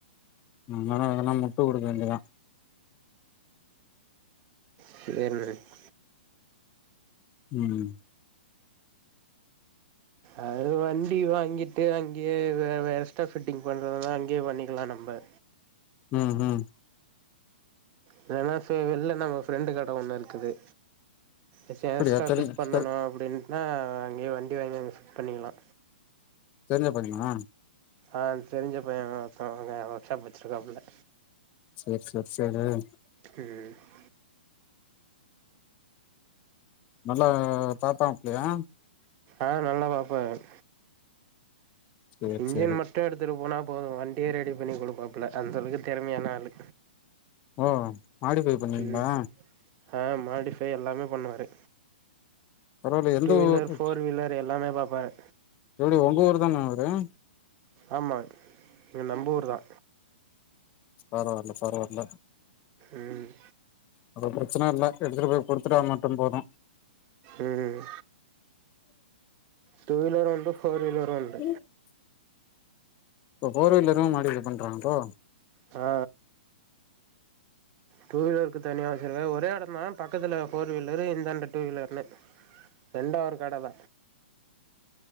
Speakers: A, on the left; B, on the right.
A: நம்மல்லா வேணுனா முட்டு குடுக்க வேண்டியதா
B: <unintelligible>
A: ம்
B: அது வண்டி வாங்கிட்டு அங்கேயே வேற எஸ்ட்டா ஃபிட்டிங் பண்றதுனா அங்கயே பண்ணிக்கலா நம்ப
A: ம் ம்
B: இல்லன்னா சு வெளில நம்ம ஃப்ரெண்டு கட ஒன்னு இருக்குது எதாச்சு எக்ஸ்ட்ரா
A: அப்படியா தெரி
B: ஃபிட் பண்ணனு
A: தெரி
B: அப்டின்னா அங்கயே வண்டி வாங்கி அங்க ஃபிட் பண்ணிக்கலா
A: தெரிஞ்ச பையனா
B: ஆ தெரிஞ்ச பைய ஒருத்தவங்க ஒர்க்க்ஷாப் வச்சிருக்காப்புல
A: சேர் சேர் <unintelligible>
B: ம்
A: நல்லா பாப்பாபுள்ளையா
B: ஆ நல்லா பாப்பாரு
A: சேரி
B: இன்ஜின்
A: சேரி
B: மட்டு எடுத்துட்டு போனா போது வண்டியே ரெடி பண்ணி கொடுப்பாப்புல அந்த அளவுக்கு தெறமையான ஆளு
A: ஓ மாடிஃபை பண்ணுவிங்களா
B: ம் ஆ மாடிஃபை எல்லாமே பண்ணுவாரு
A: பரவாயில்ல எந்த
B: டூ வீலர்
A: ஊர்
B: போர் வீலர் எல்லாமே பாப்பாரு
A: எப்டி ஒங்க ஊர்தான அவரு
B: ஆமா இங்க நம்ப ஊர்தா
A: பரவால்ல பரவால்ல
B: ம்
A: அது ப்ரச்சன இல்ல எடுத்துட்டு போய் குடுத்துட்டா மட்டு போது
B: ம் டூ வீலரு உண்டு ஃபோர் வீலரு உண்டு
A: உ இப்ப ஃபோர் வீலரும் மாடிஃபை பண்றாங்க ப்ரோ
B: ஆ டூ வீலருக்கு தனியா வச்சிருக்கா ஒரே எடந்தா பக்கத்துல போர் வீலரு இந்தாண்ட டூ வீலர்னுு ரெண்டா ஒரு கடவ